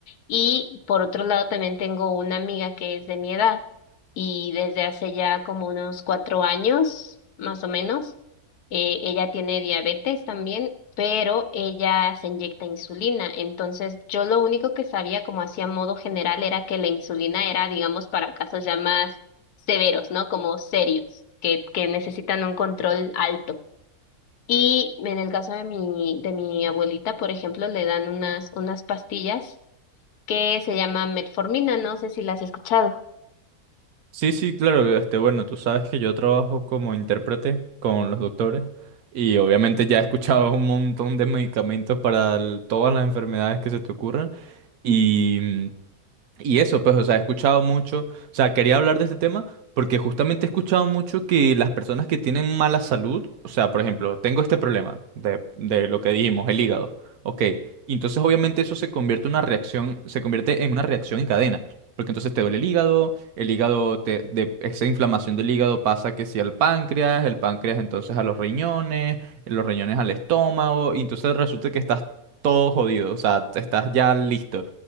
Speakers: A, on the left; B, on the right.
A: Y por otro lado, también tengo una amiga que es de mi edad y desde hace ya como unos cuatro años, más o menos, eh, ella tiene diabetes también, pero ella se inyecta insulina. Entonces, yo lo único que sabía como hacía modo general era que la insulina era, digamos, para casos ya más severos, ¿no? Como serios, que, que necesitan un control alto. Y en el caso de mi, de mi abuelita, por ejemplo, le dan unas, unas pastillas que se llama metformina, no sé si la has escuchado.
B: Sí, sí, claro, este, bueno, tú sabes que yo trabajo como intérprete con los doctores y obviamente ya he escuchado un montón de medicamentos para el- todas las enfermedades que se te ocurran y mm, Y eso, pues, o sea, he escuchado mucho, o sea, quería hablar de este tema porque justamente he escuchado mucho que las personas que tienen mala salud, o sea, por ejemplo, tengo este problema de, de lo que dijimos, el hígado, ok, y entonces obviamente eso se convierte en una reacción, se convierte en una reacción en cadena, porque entonces te duele el hígado, el hígado, te, de esa inflamación del hígado pasa que si al páncreas, el páncreas entonces a los riñones, los riñones al estómago, y entonces resulta que estás todo jodido, o sea, estás ya listo.